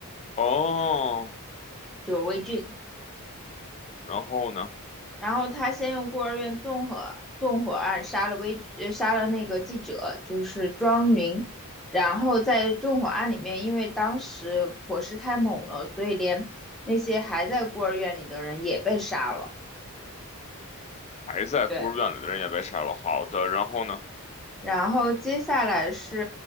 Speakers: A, on the left (about 30°); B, in the centre.
A: 哦，
B: 就是魏俊。
A: 然后呢，
B: 然后他先用孤儿院纵火纵火案杀了微呃杀了那个记者，就是庄云，然后在纵火案里面，因为当时火势太猛了，所以连那些还在孤儿院里的人也被杀了。
A: 还在孤儿院里的人也被杀了。
B: 对。
A: 好的，然后呢？
B: 然后接下来是